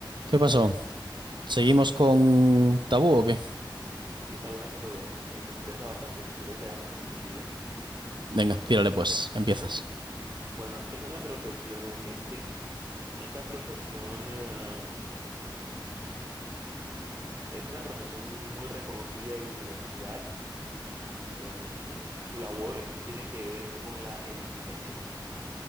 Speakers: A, on the right; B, on the right.
A: ¿Qué pasó? ¿Seguimos con tabú o qué?
B: Sí, está bueno ese juego, ¿eh? Me desestresa bastante. Si quieres, le damos enseguida.
A: Venga, tírale pues, empiezas.
B: Bueno, aquí tengo una profesión en mente. Esta profesión, em, es una profesión muy reconocida y de universidad. Em, su labor tiene que ver con la edificación.